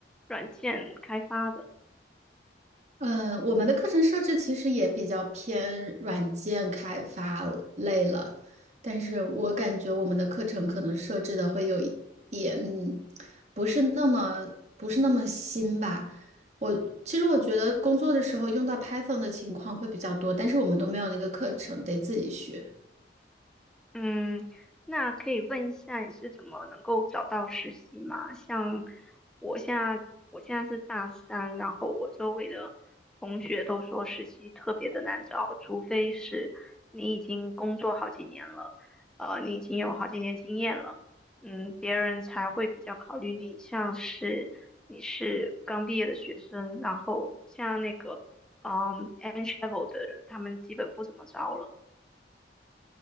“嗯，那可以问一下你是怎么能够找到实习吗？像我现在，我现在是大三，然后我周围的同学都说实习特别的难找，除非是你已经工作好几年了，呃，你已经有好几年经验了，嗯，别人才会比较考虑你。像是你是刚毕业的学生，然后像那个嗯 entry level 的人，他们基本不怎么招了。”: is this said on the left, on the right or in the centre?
Centre